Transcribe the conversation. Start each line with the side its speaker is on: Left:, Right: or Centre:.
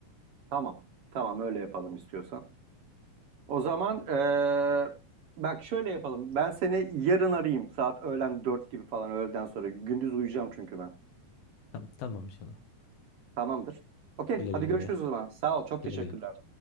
Right: Tamam. Tamam öyle yapalım istiyorsan. O zaman eee, bak şöyle yapalım. Ben seni yarın arayayım saat öğlen 4 gibi falan öğleden sonra. Gündüz uyuyacağım çünkü ben.
Left: Tamam, tamam inşallah.
Right: Tamamdır. Okey
Left: Güle
Right: hadi
Left: güle.
Right: görüşürüz o zaman. Sağ ol çok
Left: Güle
Right: teşekkürler.
Left: güle.